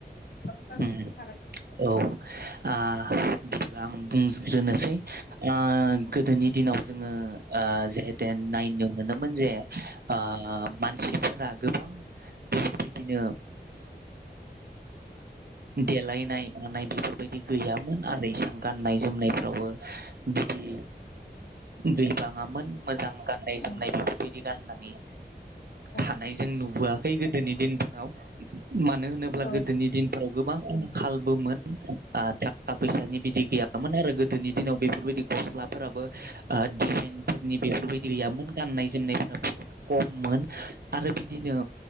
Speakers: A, on the left; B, on the right.
A: औ जागोन
B: ओम
A: हागोन
B: औ ओ बिदिबा आं बुंग्रोनोसै ओ गोदोनि दिनाव जोङो ओ जिहेतेन नायनो मोनोमोन जे ओ मानसिफोरा गोबां बेफोरबायदिनो देलायनाय मानाय बेफोरबायदि गैयामोन आरो इसां गाननाय जोमनायफ्रावबो बिदि गैबाङामोन मोजां गाननाय जोमनाय
A: ओं
B: बेफोरबायदि गाननानै
A: औ
B: थानायजों नुबोआ खै गोदोनि दिनफोराव मानो होनोब्ला
A: ओं
B: गोदोनि
A: ओं
B: दिनफोराव गोबां आंखालबोमोन ओ थाखा फैसानि बिदि गैयामोन आरो गोदोनि दिनाव बेफोरबायदि गस्लाफोराबो ओ डिजाइनफोरनि बेफोरबायदि गैयामोन गाननाय जोमनायफोरा बुहुत खममोन आरो बिदि दिनो